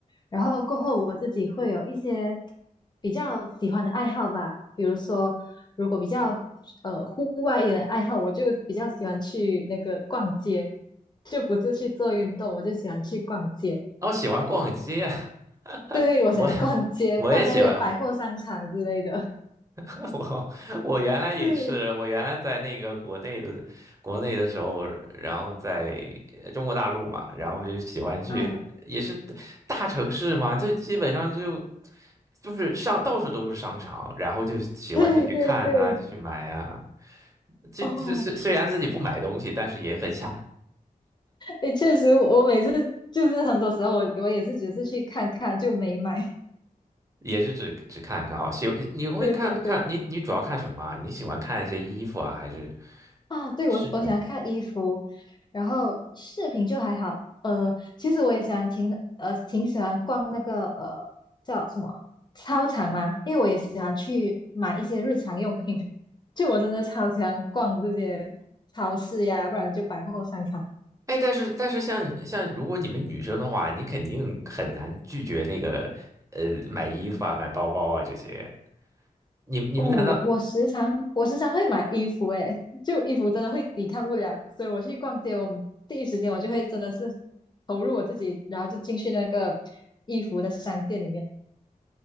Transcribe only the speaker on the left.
然后过后我自己会有一些比较喜欢的爱好吧，比如说，如果比较呃户外一点的爱好，我就比较喜欢去那个逛街，就不是去做运动，我就喜欢去逛街。
对，
我喜欢逛街，
逛那些百货商场之类的。
对。
嗯
<laughs> 对对对，
哦，
哎，确实我，我每次就是很多时候我我也是只是去看看就没买。<laughs>
对对对，
啊，对我我喜欢看衣服，
然后视频就还好。呃，其实我也喜欢挺呃挺喜欢逛那个呃叫什么操场嘛，因为我也喜欢去买一些日常用品。<laughs> 就我真的超喜欢逛这些超市呀，不然就百货商场。
哦，我我时常我时常会买衣服，诶，就衣服真的会抵抗不了，所以我去逛街，我第一时间我就会真的是投入我自己，然后就进去那个衣服的商店里面。